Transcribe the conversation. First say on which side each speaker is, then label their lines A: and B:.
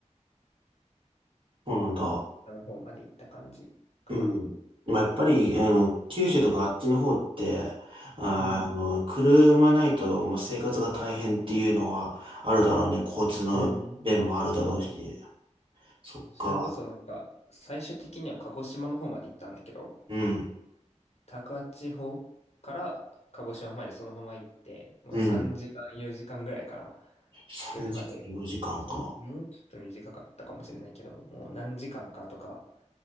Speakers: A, on the right; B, on the left.
A: そうなんだ。
B: あの方まで行った感じかな。
A: うん。まあ、やっぱり、あの、九州とかあっちの方って、あーあの、
B: うん。
A: 車ないと、まあ、生活が大変っていうのはあるだろうね。交通の便もあるだろうし。
B: うん。そうだね。
A: そっか。
B: それこそなんか、最終的には鹿児島の方まで行ったんだけど、
A: うん。
B: 高千穂から鹿児島までそのまま行って、もう3時間、
A: うん。
B: 4時間ぐらいかな、
A: 3時間、
B: 車で。
A: 4時間か。
B: そん、もうちょっと短かったかもしれないけど、もう何時間かとか、